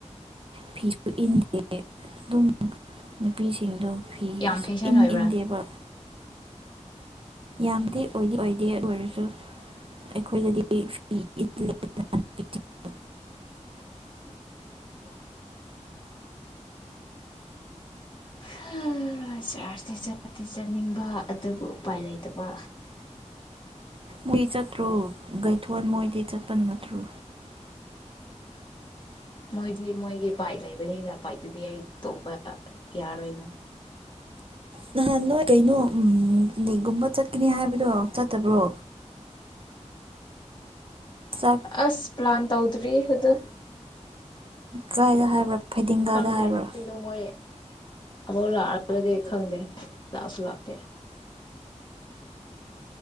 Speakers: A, on the right (about 45°); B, on the left (about 40°).
A: ꯐꯤ ꯁꯨꯚ ꯏꯟ ꯏꯦ ꯅꯦ ꯕꯤ ꯁꯤ ꯗꯣ ꯐꯤ
B: ꯌꯥꯝ
A: ꯁꯨꯛꯏꯟ
B: ꯐꯦꯁꯟ ꯑꯣꯏꯕ꯭ꯔꯥ
A: ꯏꯟꯗꯦꯕ ꯌꯥꯝꯗꯤ ꯑꯣꯏꯗꯤ-ꯑꯣꯏ ꯑꯦꯠ ꯑꯣꯏꯔꯁꯨ ꯑꯩꯈꯣꯏꯗꯗꯤ ꯐꯤ <unintelligible>
B: <inaudible> ꯍꯥꯍ ꯆꯥꯔ꯭ꯥꯁꯇꯤ ꯆꯗꯤ ꯆꯥꯅꯤꯡꯕ ꯑꯗꯨꯕꯨ ꯎꯄꯥꯏ ꯂꯩꯇꯕ
A: ꯃꯤ ꯆꯠꯇ꯭ꯔꯣ ꯒꯩꯊꯣꯟ ꯃꯣꯏꯗꯤ ꯆꯠꯄ ꯅꯠꯊ꯭ꯔꯨ
B: ꯃꯣꯏꯗꯤ-ꯃꯣꯏꯒꯤ ꯕꯥꯏꯠ ꯂꯩꯕꯅꯤꯅ ꯕꯥꯏꯠꯇꯨꯗꯤ ꯑꯩ ꯇꯣꯡꯕ-ꯑꯥ ꯌꯥꯔꯣꯏꯅ
A: ꯅꯍꯥꯟ ꯅꯣꯏ ꯀꯩꯅꯣ ꯎꯝ ꯅꯤꯛꯒꯨꯝꯕ ꯆꯠꯀꯅꯤ ꯍꯥꯏꯕꯗꯣ ꯆꯠꯇꯕ꯭ꯔꯣ ꯆꯥꯛ
B: ꯑꯁ ꯄ꯭ꯂꯥꯟ ꯇꯧꯗ꯭ꯔꯤ ꯑꯗꯨ
A: ꯀꯥꯏꯗ ꯍꯥꯏꯕ꯭ꯔꯥ ꯐꯩꯗꯤꯡꯒꯥꯥꯗ
B: ꯈꯪꯗꯦ
A: ꯍꯥꯏꯕ꯭ꯔꯥ
B: ꯂꯨꯆꯤ ꯂꯨꯃꯣꯏ ꯑꯃꯨꯛ ꯂꯥꯛꯑꯒꯗꯤ ꯈꯪꯗꯦ ꯂꯥꯛꯑꯁꯨ ꯂꯥꯛꯇꯦ